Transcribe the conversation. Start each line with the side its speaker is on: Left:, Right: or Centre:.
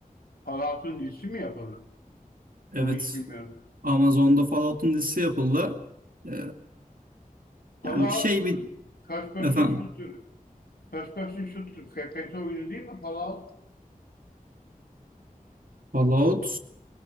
Left: Fallout'un dizisi mi yapıldı?
Right: Evet.
Left: Onu hiç bilmiyorum.
Right: Amazon'da Fallout'un dizisi yapıldı. Ee, yani
Left: Fallout
Right: şey bir
Left: First Person
Right: efendim
Left: Shooter First Person Shooter FPS oyunu değil mi Fallout?
Right: Fallout.